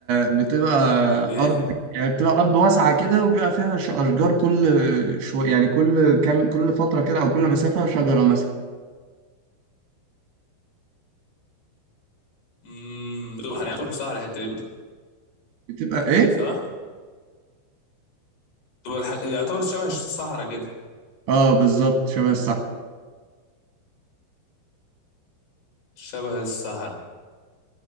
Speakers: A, on the right; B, on the left.
A: بتبقى
B: ايه
A: أرض يعني بتبقى أرض واسعة كده وبيبقى فيها ش- أشجار كل شوية يعني كل كام كل فترة كده أو كل مسافة شجرة مثلا
B: امم دول حاليا يعتبر في صحراء الحته دي بطل.
A: بتبقى إيه؟
B: صح دول الح... يعتبر شبه الصحراء كده
A: آه بالظبط شبه
B: شبه الصحراء